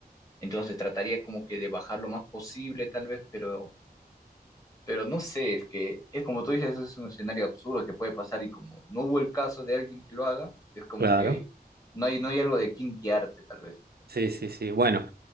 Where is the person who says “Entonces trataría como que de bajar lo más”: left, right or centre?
Left